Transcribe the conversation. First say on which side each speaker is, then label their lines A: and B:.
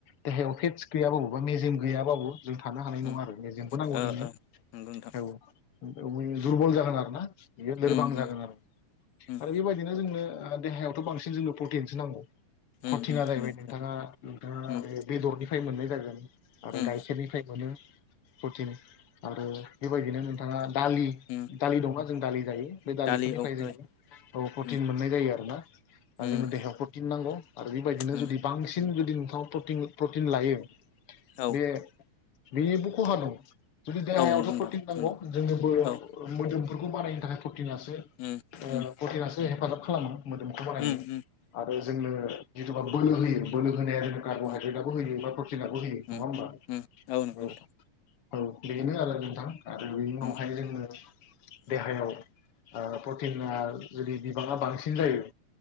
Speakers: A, on the left; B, on the left.
A: देहायाव फेटस गैयाबाबो बा मेजेम गैयाबाबो जों थानो हानाय नङा
B: उम
A: आरो मेजेमखौ नांगौ
B: ओ
A: जोंनो
B: ओ नंगौ नोंथां
A: औ <unintelligible> दुरबल जागोन आरो ना बियो लोरबां
B: उम
A: जागोन
B: उम
A: आरो
B: उम
A: आरो बेबायदिनो जोंनो दा देहायावथ' बांसिन जोंनो प्रतटिनसो नांगौ
B: उम
A: प्रटिना
B: उम
A: जाहैबाय
B: नंगौ नोंथां
A: नोंथाङा नोंथाङा
B: उम
A: बे बेदरनि फाय मोननाय जागोन आरो
B: उम
A: गाइखेरनिफ्राय मोनो प्रटिन आरो बेबायदिनो नोंथाङा दालि
B: उम
A: दालि दंना जों दालि जायो। बे दालिफोरनिफ्राय
B: दालि औ
A: जोङो
B: ओइ
A: औ प्रटिन
B: उम
A: मोननाय जायो आरोना दा
B: उम
A: जोंनो देहायाव प्रटिन नांगौ। आरो बेबायदिनो
B: उम
A: जुदि बांसिन जु दि नोंथां प्रटिन प्रटिन लायो
B: औ
A: बे बेनिबो खहा दं जुदि देहायावथ'
B: औ नंगौ नोंथां
A: प्रटिन नांगौ
B: उम
A: जोंनो बोलो
B: औ
A: मोदोमफोरखौ बानायनो थाखाय प्र टिनासो ओ
B: उम उम
A: प्रटिनासो हेफाजाब खालामो। मोदोमखौ बाहायनो
B: उम उम
A: आरो जोंनो बा बोलो होयो बोलो होनाया जों कार्ब'हाइद्रेटआबो
B: उम
A: होयो बा प्रटिनाबो होयो
B: उम
A: नङा होमबा
B: उम नंगौ
A: औ
B: नोंथां
A: औ बेनो आरो मोजां आरो बेनि उनावहाय
B: उम
A: जोङो देहायाव ओ प्रटिना जुदि बिबाङा बांसिन जायो